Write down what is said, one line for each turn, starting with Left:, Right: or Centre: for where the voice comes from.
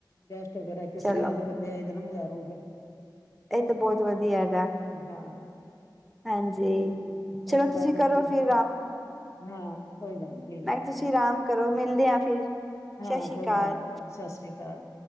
Left: ਗੈਸਟ ਵਗੈਰਾ ਕਿਸੇ
Centre: ਚਲੋ
Left: ਹੈ, ਤੇ ਫੇਰ ਲੇ ਆਈਦੈ ਨਾ ਬਜਾਰੋਂ ਫੇਰ।
Centre: ਏ ਤੇ ਬੋਤ ਵਦੀਆ ਹੈਗਾ।
Left: ਹਾਂ,
Centre: ਹਾਂਜੀ
Left: ਹੂੰ ਫੇਰ
Centre: ਚਲੋ
Left: ਥੋੜਾ
Centre: ਤੁਸੀਂ
Left: ਬੋਤੇ
Centre: ਕਰੋ
Left: ਹੂੰ
Centre: ਫਿਰ
Left: ਹਾਂ, ਕੋਈ ਗਾੱਲ ਠੀਕ
Centre: ਨਈ
Left: ਨੀ। ਹੈ
Centre: ਤੂਸੀ ਅਰਾਮ ਕਰੋ ਮਿਲਦੇ ਆਂ ਫਿਰ। ਸਤਿ
Left: ਹਾਂ,
Centre: ਸ਼੍ਰੀ
Left: ਕੋਈ
Centre: ਅਕਾਲ
Left: ਗਾੱਲ ਨੀ ਸਸ੍ਰੀ ਕਾਲ।